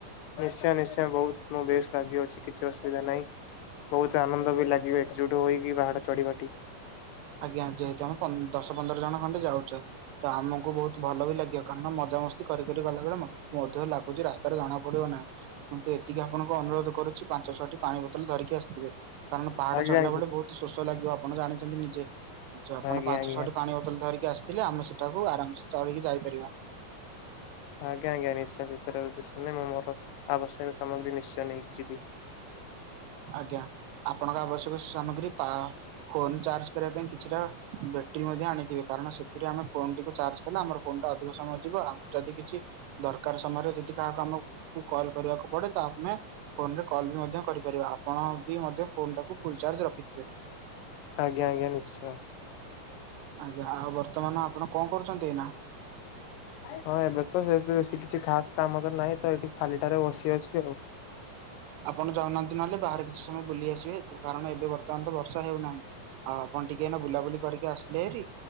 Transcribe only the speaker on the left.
ନିଶ୍ଚୟ ନିଶ୍ଚୟ ବହୁତ ମୁଁ ବେଶ ରାଜି ଅଛି କିଛି ଅସୁବିଧା ନାହିଁ। ବହୁତ ଆନନ୍ଦ ବି ଲାଗିବ ଏକଜୁଟ ହୋଇକି ପାହାଡ ଚଢିବାଟି।
ଆଜ୍ଞା
ଆଜ୍ଞା
ଆଜ୍ଞା
ଆଜ୍ଞା।
ଆଜ୍ଞା ଆଜ୍ଞା ନିଶ୍ଚୟ <unintelligible> ମୁଁ ମୋର ଆବଶ୍ୟକ ସାମଗ୍ରୀ ନିଶ୍ଚୟ ନେଇକି ଯିବି।
ଆଜ୍ଞା ଆଜ୍ଞା ନିଶ୍ଚୟ।
ହଁ ଏବେ ତ ସେ ସେ କିଛି ଖାସ କାମ ତ ନାହିଁ ତ ଏଠି ଖାଲି ଟାରେ ବସି ଅଛି ଆଉ।